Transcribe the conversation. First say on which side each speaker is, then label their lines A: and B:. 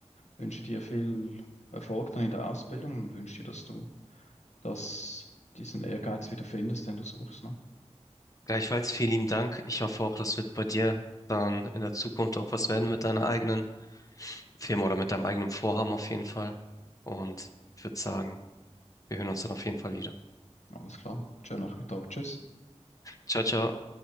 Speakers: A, on the left; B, on the left.
A: wünsche dir viel Erfolg dann in der Ausbildung und wünsche dir, dass du das, diesen Ehrgeiz wieder findest, den du suchst. Ne?
B: gleichfalls vielen lieben Dank. Ich hoffe auch, das wird bei dir dann in der Zukunft auch was werden mit deiner eigenen Firma oder mit deinem eigenen Vorhaben auf jeden Fall. Und ich würde sagen, wir hören uns dann auf jeden Fall wieder.
A: Alles klar. Schönen Nachmittag. Tschüss.
B: Ciao, ciao.